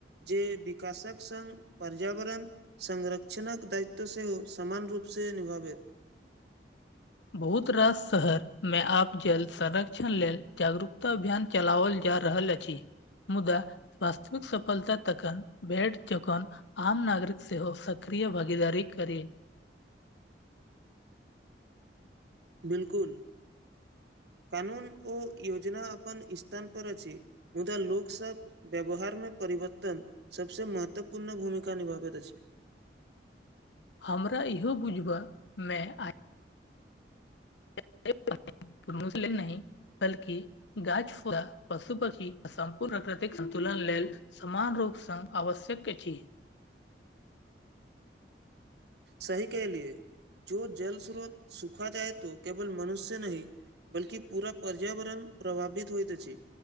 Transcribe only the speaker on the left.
बहुत रास शहर मे आप जल संरक्षण लेल जागरूकता अभियान चलाओल जा रहल अछि मुदा वास्तविक सफलता तकन बेट चखन आम नागरिक सेहो सक्रिय भागीदारीक करी
हमरा इहो बुझबा मे आइ <unintelligible> नहि बल्कि गाछ, <unintelligible> पशु, पक्षी संपूर्ण प्रकृतिक संतुलन लेल समान रूपसग आवश्यक अछि